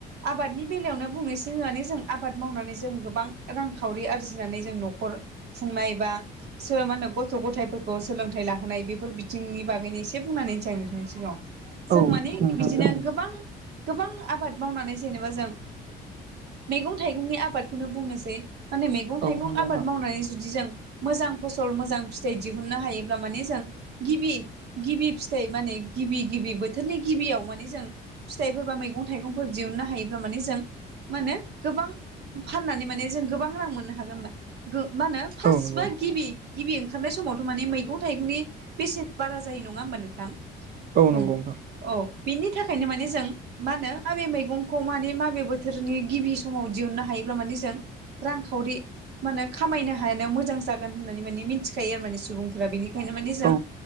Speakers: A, on the right; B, on the right.
A: आबादनि बेलायावनो बुंनोसैे जों आबाद मावनानै जों गोबां रांखावरि आरजिनानै जों न'खर खुंनाय बा मा होनो गथ' गथायफोरखौ सोलोंथाइ लाहोनाय बेफोर बिथिंनि बागैनो एसे बुंनानैनोसै आं नोंथांनि सिगाङाव जों
B: औ
A: माने
B: नोंथां
A: बिदिनो
B: जागोन
A: गोबां गोबां आबाद मावनानै जेनेबा जों मैगं थाइगंनि आबादखौनो बुंनोसै माने मैगं
B: औ
A: थाइगं
B: नंगौ नोंथां
A: आबाद मावनानै जुदि जों मोजां फसल मोजां फिथाइ दिहुननो हायोब्ला माने जों गिबि गिबि फिथाइ माने गिबि गिबि बोथोरनि गिबियाव माने जों फिथाइफोर बा मैगं थाइगंफोर दिहुननो हायोब्ला माने जों मा होनो गोबां फाननानै माने जों गोबां रां मोननो हागोन होना मा होनो फार्स्ट
B: औ नंगौ
A: बा गिबि गिबि ओंखारनाय समावथ' माने मैगं थाइगंनि बेसेन बारा जायो नङा होमबा नोंथां
B: औ
A: ओं
B: नंगौ नोंथां
A: औ बिनि थाखायनो माने जों मा होनो माबे मैगंखौ माने माबे बोथोरनि गिबि समाव दिहुननो हायोब्ला माने जों रांखावरि माने खामायनो हानायाव मोजां जागोन होननानै माने मिथिखायो आरो माने सुबुंफोरा बेनि बेखायनो माने जों
B: औ